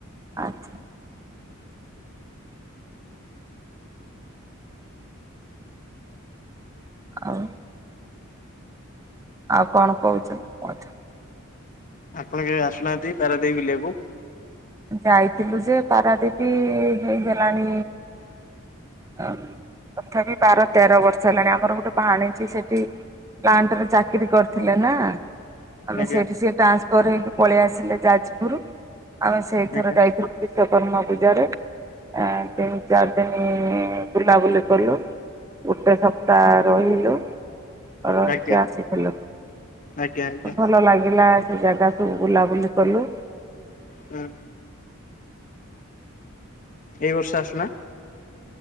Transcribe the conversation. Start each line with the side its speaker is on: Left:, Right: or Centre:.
Right: ଆଚ୍ଛା। ଆଉ? ଆଉ କଣ କହୁଛନ୍ତି କୁହନ୍ତୁ।
Left: ଆପଣ କେବେ ଆସୁନାହାନ୍ତି ପାରାଦୀପ ବୁଲିଆକୁ?
Right: ଯାଇଥିଲୁ ଯେ ପାରାଦୀପ ହେଇଗଲାଣି, ଅ ତଥାପି ବାର ତେର ବର୍ଷ ହେଲାଣି। ଆମର ଗୋଟେ ଭାଣିଜୀ ସେଠି ପ୍ଲାଣ୍ଟରେ ଚାକିରୀ କରିଥିଲେ ନା! ଆମେ
Left: ଆଜ୍ଞା
Right: ସେଇଠୁ ସିଏ ଟାନ୍ସଫର ହେଇକି ପଳେଇ ଆସିଲେ ଯାଜପୁର ଆମେ ସେଇଥିର
Left: ଆଜ୍ଞା
Right: ଯାଇଥିଲୁ ବିଶ୍ଵକର୍ମା ପୂଜାରେ। ଆଁ ତିନି ଚାରି ଦିନି ବୁଲାବୁଲି କଲୁ, ଗୋଟେ ସପ୍ତାହ ରହିଲୁ। ରହିକି
Left: ଆଜ୍ଞା
Right: ଆସିଥିଲୁ
Left: ଆଜ୍ଞା ଆଜ୍ଞା
Right: ଭଲ ଲାଗିଲା ସେ ଜାଗା ସ ସବୁ ବୁଲାବୁଲି କଲୁ।
Left: ହୁଁ। ଏଇ ବର୍ଷ ଆସୁନା।